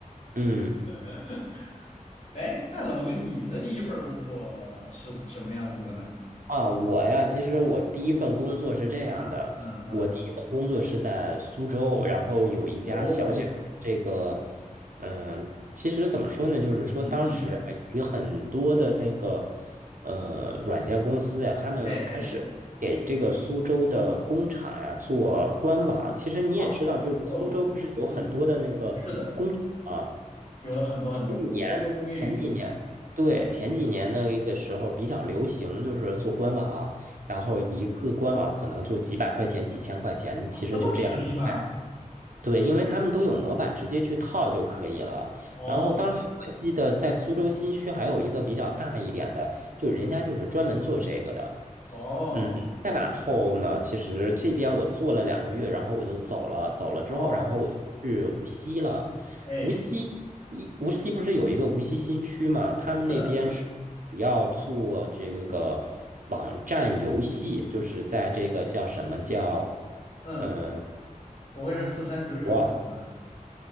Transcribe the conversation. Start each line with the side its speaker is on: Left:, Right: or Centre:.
Right: 嗯。
Left: <laughs> 哎，那老哥，你的第一份工作是什么样子的呢？
Right: 啊，我呀，其实我第一份工作是这样的，
Left: 啊，嗯嗯，
Right: 我第一份工作是在苏州，然后有一家小小的这个，
Left: 哦，
Right: 嗯，其实怎么说呢，就是说当时啊，
Left: 嗯嗯，
Right: 有有很多的那个呃软件公司呀，他们开始给这个苏州的工厂呀做官网。
Left: 哎哎，
Right: 其实你也知道，
Left: 啊，
Right: 就是苏州不是有很多的那个工厂啊。
Left: 哦，嗯，是的。有很多很多，
Right: 前几年，
Left: 多州工业园区
Right: 前几年，对，前几年那个时候比较流行，就是做官网，然后一个官网可能就几百块钱、几千块钱，
Left: 啊，
Right: 其实就这样卖。
Left: 这么便宜吗？
Right: 对，因为他们都有模板，直接去套就可以了。
Left: 哦
Right: 然后当时我记得在苏州新区还有一个比较大一点的，就人家就是专门做这个的。
Left: 哦，
Right: 嗯，再往后呢，
Left: 那
Right: 其实这边我做了两个月，然后我就走了。走了之后，
Left: 哦，
Right: 然后我就去无锡了。
Left: 哎，
Right: 无锡一无锡不是有一个无锡新区嘛？他们那边是主要做这个网站游戏，
Left: 是的，是的，
Right: 就是在这个叫什么叫
Left: 嗯，
Right: 嗯呃
Left: 不会是四三九九这种吧？
Right: 我